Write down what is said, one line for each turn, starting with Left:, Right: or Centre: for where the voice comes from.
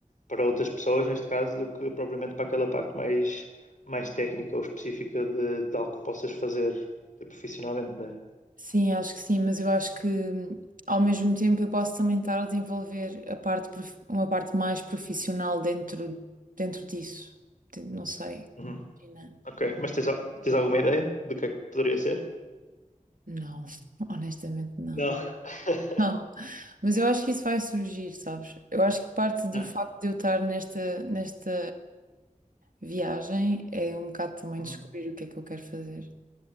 Left: para outras pessoas, neste caso, do que propriamente para aquela parte mais, mais técnica ou específica de, de algo que possas fazer eh, profissionalmente, né?
Right: Sim, acho que sim, mas eu acho que hum, ao mesmo tempo eu posso também estar a desenvolver a parte, prof- uma parte mais profissional dentro, dentro disso. De- Não sei.
Left: Uhum.
Right: Imagina.
Left: Ok, mas tens, al- tens alguma ideia do que é que poderia ser?
Right: Não, <laughs> honestamente não.
Left: Não. <laughs>
Right: Não, mas eu acho que isso vai surgir, sabes? Eu acho que parte do
Left: Ah,
Right: facto de eu estar nesta, nesta viagem é um bocado também
Left: uhum.
Right: descobrir o que é que eu quero fazer.